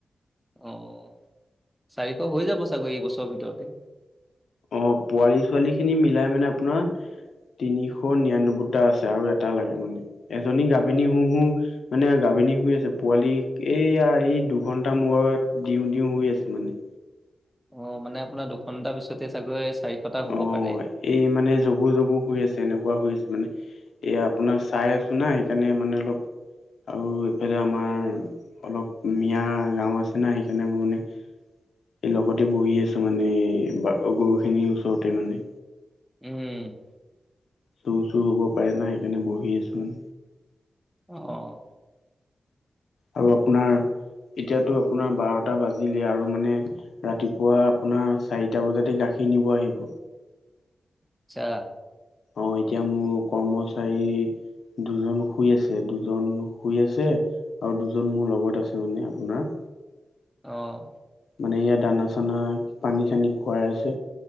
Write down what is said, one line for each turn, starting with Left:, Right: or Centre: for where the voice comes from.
Centre: অঁ, চাৰিশ হৈ যাব চাগৈ এইবছৰৰ ভিতৰতে।
Left: অঁ, পোৱালি ছোৱালী খিনি মিলাই মানে আপোনাৰ তিনিশ নিৰান্নব্বৈটা আছে, আৰু এটা লাগে মানে এজনী গাভিনী
Centre: অ',
Left: হু হু মানে গাভিনী হয় আছে, পোৱালী এইয়া এই দুঘন্টা মূৰত দিও -দিও হয় আছে মানে।
Centre: অঁ, মানে আপোনাৰ দুঘণ্টা পিছতে চাগৈ চাৰিশটা হ'ব
Left: অ
Centre: পাৰে।
Left: এই মানে জগো-জগো হৈ আছে, এনেকুৱা হৈ আছে মানে। এয়া আপোনাৰ চাই আছো না সেইকাৰণে মানে অলপ আৰু এইফালে আমাৰ- অলপ মিয়া গাওঁ আছে না সেইকাৰণে মোৰ মানে- লগতে বহি আছো মানে বা গৰুখিনিৰ ওচৰতে মানে।
Centre: উম।
Left: চোৰ- চোৰ হ'ব পাৰে না সেইকাৰণে বহি আছোঁ।
Centre: অঁ।
Left: আৰু আপোনাৰ এতিয়াতো আপোনাৰ বাৰটা বাজিলে আৰু মানে- ৰাতিপুৱা আপোনাৰ চাৰিটা বজাতে গাখীৰ নিব আহিব।
Centre: আচ্ছা।
Left: অঁ, এতিয়া মোৰ কৰ্মচাৰী- দুজন শুই আছে, দুজন শুই আছে- আৰু দুজন মোৰ লগত আছে মানে আপোনাৰ-
Centre: অঁ।
Left: মানে ইয়াত দানা- চানা, পানী- চানী খুৱাই আছে।